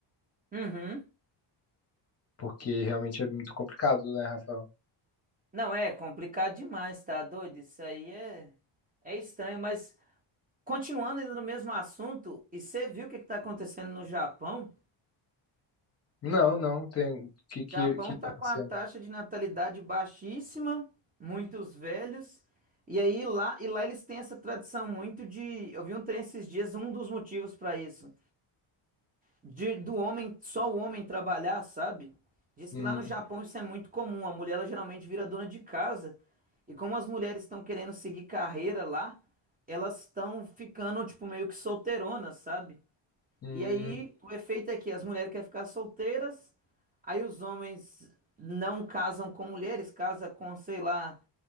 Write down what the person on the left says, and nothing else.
Porque realmente é muito complicado, né, Rafael?
Não, não, tem. O que, que,
que
tá acontecendo?
Hum,
hum,